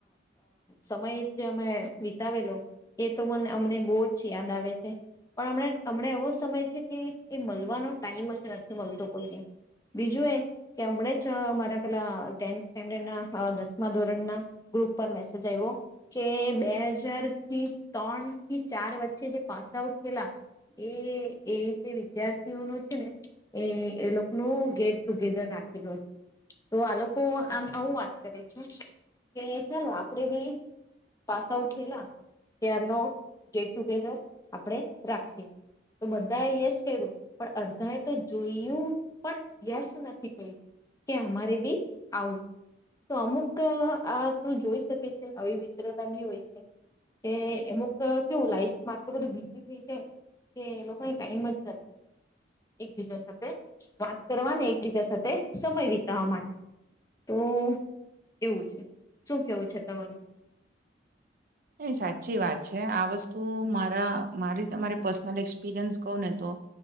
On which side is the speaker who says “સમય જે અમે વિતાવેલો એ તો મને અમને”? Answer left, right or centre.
Left